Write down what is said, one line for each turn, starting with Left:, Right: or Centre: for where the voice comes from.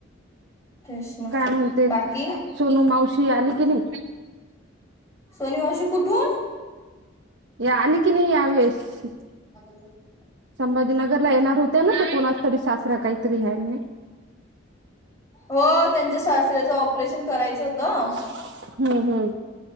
Left: तेच ना
Right: काय म्हणते,
Left: बाकी
Right: सोनू मावशी आली की नाही?
Left: सोनी मावशी कुठून
Right: यात <unintelligible>
Left: <inaudible>
Right: संभाजीनगरला येणार होत्या ना त्या कोणाचा तरी सासरा काहीतरी आहे ना.
Left: हो त्यांच्या सासऱ्याचं ऑपरेशन करायचं होतं.
Right: <unintelligible> हम्म हम्म